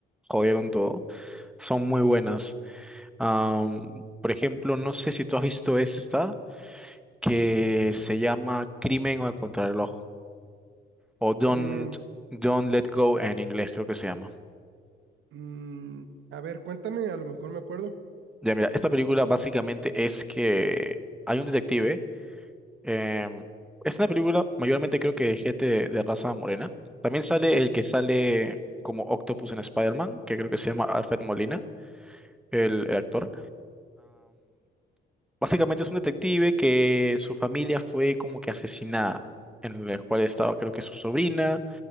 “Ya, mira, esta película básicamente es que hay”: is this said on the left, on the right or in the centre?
Centre